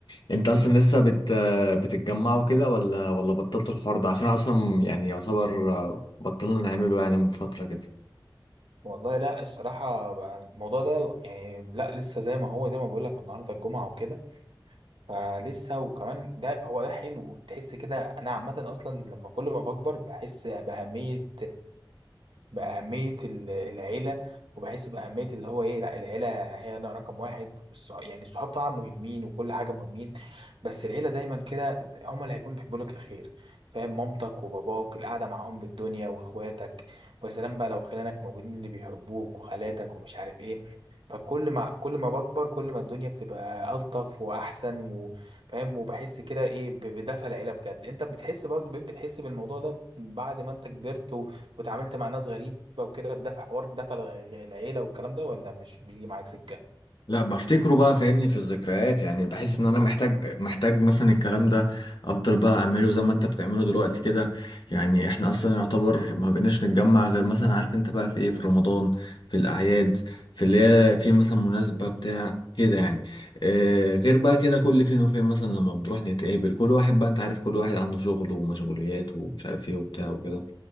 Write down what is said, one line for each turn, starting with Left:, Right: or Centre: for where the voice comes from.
Left: انت اصلا لسه بت آه، بتتجمعوا كده ولا ولا بطلتوا الحوار ده عشان أنا اصلا يعني يعتبر آه، بطلنا نعمله يعني من فترة كده
Right: والله لا الصراحة بقى الموضوع ده يعني لا لسه زي ما هو زي ما بقول لك النهارده الجمعة وكده فلسه وكمان ده هو ده حلو تحس كده أنا عامة أصلا لما كل ما بكبر بحس بأهمية باهميه ال- العيله وبحس باهميه اللي هو ايه لا العيله هي أنا رقم واحد والصح... يعني الصحاب طبعا مهمين وكل حاجه مهمين بس العيله دايما كده هم اللي هيكونوا بيحبوا لك الخير فاهم مامتك وباباك القعده معاهم بالدنيا واخواتك ويا سلام بقى لو خلانك موجودين اللي بيحبوك وخالاتك ومش عارف ايه فكل ما كل ما بكبر كل ما الدنيا بتبقى ألطف وأحسن و... فاهم وبحس كده ايه ب- بدفى العيله بجد انت بتحس برضه بقيت بتحس بالموضوع ده بعد ما انت كبرت واتعاملت مع ناس غريبة وكده بدفع حوار دفع الع- العيلة والكلام ده ولا مش بيجي معاك سكة
Left: لا بفتكره بقى فاهمني في الذكريات يعني بحس ان انا محتاج محتاج مثلا الكلام ده افضل بقى اعمله زي ما انت بتعمله دلوقتي كده يعني احنا اصلا يعتبر ما بقيناش نتجمع غير مثلا عارف انت بقى في ايه في رمضان في الاعياد في اللي هي في مثلا مناسبة بتاع كده يعني آه غير بقى كده كل فين وفين مثلا لما بنروح نتقابل كل واحد بقى انت عارف كل واحد عنده شغل ومشغوليات ومش عارف ايه وبتاع وكده